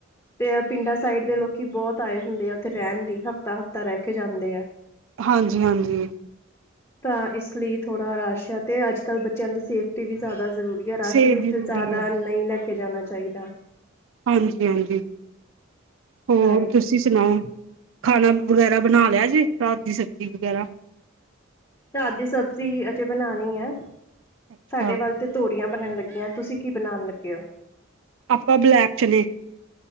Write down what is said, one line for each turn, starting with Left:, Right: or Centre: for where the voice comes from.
Left: ਤੇ ਪਿੰਡਾਂ ਸਾਈਡ ਦੇ ਲੋਕੀ ਬੋਤ ਆਏ ਹੁੰਦੇ ਆ, ਓਥੇ ਰੈਣ ਲਈ ਹਫਤਾ -ਹਫ਼ਤਾ ਰੈਹ ਕੇ ਜਾਂਦੇ।
Right: ਹਾਂਜੀ -ਹਾਂਜੀ।
Left: ਤਾਂ ਇਸ ਲਈ ਥੋੜਾ ਰਸ਼ ਆ, ਤੇ ਅੱਜ -ਕੱਲ੍ਹ ਬੱਚੇਆਂ ਦੀ ਸੇਫਟੀ ਵੀ ਜ਼ਾਦਾ ਜ਼ਰੂਰੀ ਆ,
Right: ਸੇਬ
Left: ਰਸ਼ ਵਿੱਚ
Right: ਜ਼ਰੂਰੀ
Left: ਜ਼ਾਦਾ
Right: ਹੈ।
Left: ਨਈ ਲੈ ਕੇ ਜਾਣਾ ਚਾਈਦਾ।
Right: ਹਾਂਜੀ -ਹਾਂਜੀ। ਹੋਰ
Left: ਰਾਈਟ
Right: ਤੁਸੀਂ ਸੁਣਾਓ? ਖਾਣਾ ਵਗੈਰਾ ਬਣਾ ਲਿਆ ਜੇ, ਰਾਤ ਦੀ ਸਬਜ਼ੀ ਵਗੈਰਾ?
Left: ਰਾਤ ਦੀ ਸਬਜ਼ੀ ਅਜੇ ਬਣਾਨੀ ਐ,
Right: ਅੱਛਾ
Left: ਸਾਡੇ ਵੱਲ ਤੇ ਤੋਰੀਆਂ ਬਣਨ ਲੱਗੀਆਂ, ਤੁਸੀਂ ਕੀ ਬਣਾਨ ਲੱਗੇ ਓ?
Right: ਆਪਾਂ ਬਲੈਕ ਚਨੇ।